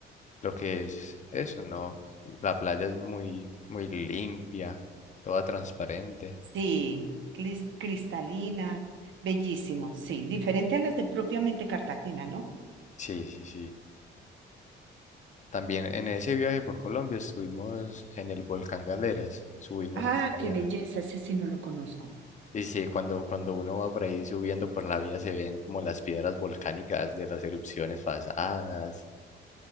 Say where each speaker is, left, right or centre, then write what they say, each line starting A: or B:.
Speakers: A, on the left; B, on the right.
A: lo que es eso, ¿no? Y La playa es muy, muy limpia, toda transparente.
B: Sí, clis- cristalina, bellísimo, sí, diferente a las de propiamente Cartagena, ¿no?
A: Sí, sí, sí. También en ese viaje por Colombia estuvimos en el volcán Galeras, subimos
B: Ah,
A: hasta allá.
B: qué belleza, ese sí no lo conozco.
A: Y sí, cuando, cuando uno va por ahí subiendo por la vía se ven como las piedras volcánicas de las erupciones pasadas.